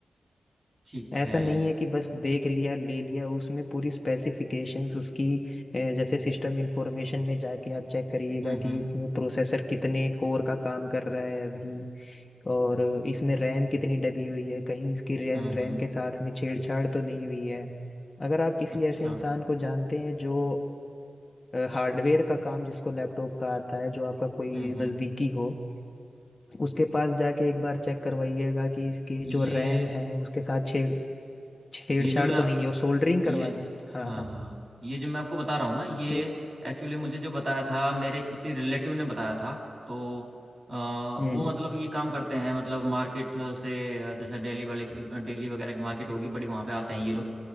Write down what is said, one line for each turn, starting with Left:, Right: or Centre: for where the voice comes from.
Right: ठीक
Left: ऐसा
Right: है
Left: नहीं है कि बस देख लिया ले लिया उसमें पूरी स्पेसिफिकेशंस उसकी अ, जैसे सिस्टम इंफॉर्मेशन में जाके आप चेक करिएगा
Right: हम्म
Left: कि
Right: हम्म
Left: इसमें प्रोसेसर कितने कोर का काम कर रहा है अभी और इसमें रैम कितनी डली हुई है कहीं इसकी रैम
Right: हम्म हम्म
Left: रैम के साथ में छेड़छाड़ तो नहीं हुई है अगर आप किसी
Right: अच्छा
Left: ऐसे इंसान को जानते हैं जो हार्डवेयर का काम जिसको लैपटॉप का आता है जो आपका कोई
Right: हम्म हम्म
Left: नजदीकी हो उसके पास जाके एक बार चेक करवाइएगा कि इसकी
Right: ये
Left: जो रैम है उसके साथ छेड़ छेड़छाड़
Right: ये जो मैं
Left: तो नहीं है वो सोल्डरिंग
Right: ये
Left: करवा दे
Right: हाँ
Left: हाँ हाँ
Right: हाँ ये जो मैं आपको बता रहा हूँ ना ये
Left: ये
Right: एक्चुअली मुझे जो बताया था मेरे किसी रिलेटिव ने बताया था तो अ,
Left: हम्म
Right: वो मतलब ये काम करते हैं मतलब मार्केट से अ, जैसे डेली वाले की डेली वगैरह की मार्केट होगी बड़ी वहाँ पे आते हैं ये लोग